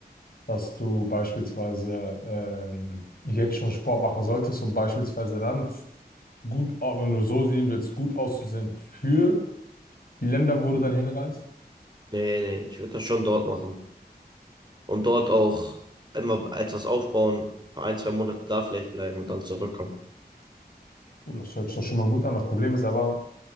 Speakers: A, on the left (about 60°); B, on the right (about 25°).
A: dass du beispielsweise ähm, jetzt schon Sport machen solltest, um beispielsweise dann f- gut, au- wenn du so sehen willst, gut auszusehen für die Länder, wo du dann hinreist?
B: Nee, nee, ich würde das schon dort machen. Und dort auch immer etwas aufbauen, für ein, zwei Monate da vielleicht bleiben und dann zurückkommen.
A: Oh, das hört sich doch schon mal gut an. Das Problem ist aber,